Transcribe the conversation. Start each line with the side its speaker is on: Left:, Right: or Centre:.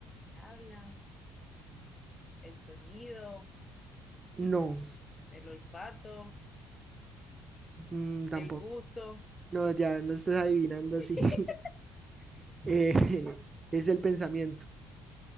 Left: hablan, el sonido,
Right: No,
Left: el olfato,
Right: mm, tampoco.
Left: el gusto.
Right: No, ya no estás adivinando
Left: <laughs>
Right: así. <laughs> Eh, es el pensamiento.